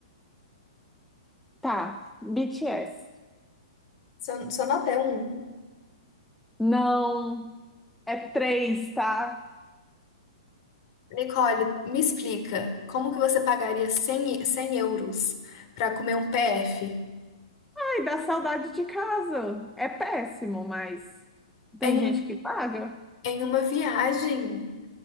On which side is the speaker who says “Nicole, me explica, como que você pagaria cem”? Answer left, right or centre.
Left